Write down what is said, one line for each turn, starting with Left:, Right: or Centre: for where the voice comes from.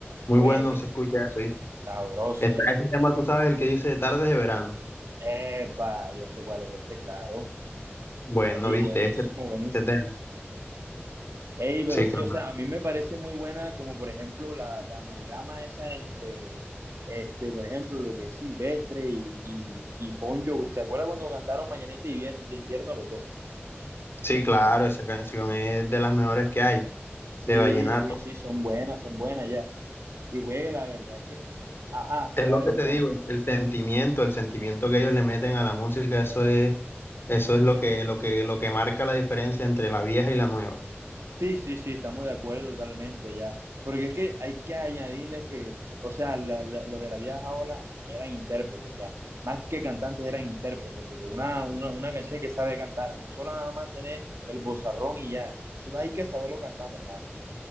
Left: Muy
Right: Pues
Left: bueno se escucha eso, ¿viste?
Right: sabroso,
Left: Está
Right: ¿viste?
Left: ese tema, tú sabes, el que dice Tardes de verano.
Right: Epa, ya sé cuál es ese, claro.
Left: Bueno,
Right: Ey,
Left: ¿viste?
Right: buenísimo,
Left: Ese,
Right: buenísimo.
Left: ese tema.
Right: Ey, pero
Left: Sí,
Right: sí,
Left: claro.
Right: o sea, a mí me parece muy buena como por ejemplo la, la amalgama esa entre, este, por ejemplo, lo que es Silvestre y, y, y Poncho. ¿Se acuerda cuando cantaron Mañanita y Vie- de invierno los dos?
Left: Sí, claro, esa canción es de las mejores que hay,
Right: Sí,
Left: de vallenato.
Right: sí, sí, son buenas, son buenas ya. Y güey, la verdad es que, ajá,
Left: Es
Right: dale,
Left: lo que
Right: perdón.
Left: te digo, el sentimiento, el sentimiento que ellos le meten a la música, eso es, eso es lo que, lo que, lo que marca la diferencia entre la vieja y la nueva.
Right: Sí, sí, sí, estamos de acuerdo totalmente ya. Porque es que hay que añadirle que, o sea, la- la- los de la vieja ola eran intérpretes ya. Más que cantantes eran intérpretes, porque una, una, una canción hay que saber cantar, no solo nada más tener el bozarrón y ya. Eso hay que saberlo cantar, mi hermano.